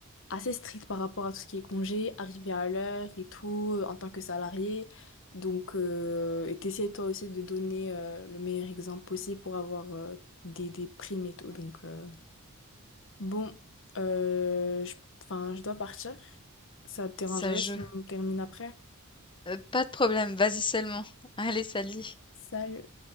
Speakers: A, on the left; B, on the left.
A: assez stricts par rapport à tout ce qui est congé, arriver à l'heure et tout, euh, en tant que salarié. Donc, euh, et t'essaies toi aussi de donner euh, le meilleur exemple possible pour avoir euh, des, des primes et tout. Donc, euh, bon, euh, je, enfin, je dois partir. Ça te dérangerait
B: Ça joue.
A: si on termine après?
B: Euh, pas de problème, vas-y seulement. <laughs> Allez, salut.
A: Salut.